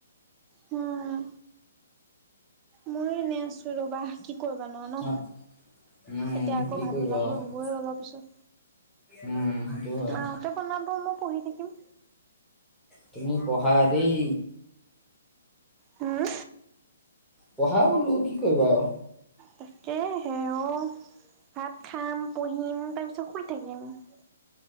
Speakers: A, on the right; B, in the centre.
A: উম, ময়ো এনে আছো ৰবা কি কৰিবা আৰু ন,
B: হা উম
A: এতিয়া আকৌ
B: কি
A: ভাত
B: কৰিবা
A: বনাবলৈ
B: আৰু
A: হ'বই অলপ পিছত
B: উম সেইটো হয়
A: মা হতে বনাব মই পঢ়ি থাকিম।
B: তুমি পঢ়া দেই।
A: হম,
B: পঢ়া বোলো কি কৰিবা আৰু?
A: তাকে হে অ', ভাত খাম পঢ়িম তাৰ পিছত শুই থাকিম। উম,